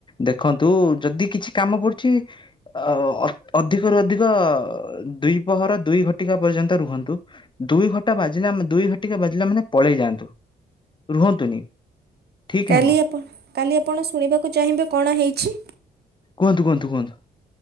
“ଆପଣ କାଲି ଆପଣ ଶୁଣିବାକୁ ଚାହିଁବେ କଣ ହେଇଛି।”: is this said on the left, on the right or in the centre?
Right